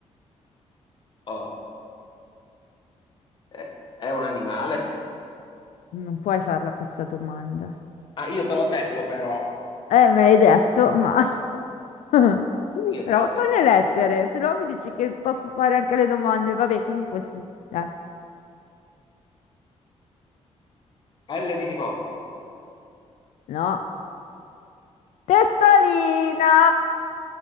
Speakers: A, on the left; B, on the left.
A: Oh, è, è un animale?
B: Non puoi farla questa domanda.
A: Ah, io te l'ho detto però,
B: Eh, me l'hai detto, ma... <laughs>
A: io
B: Prova
A: te l'ho
B: con
A: detto.
B: le lettere, se no mi dici che posso fare anche le domande. Vabbè, comunque sì, dai.
A: L di Livorno.
B: No. Testolina!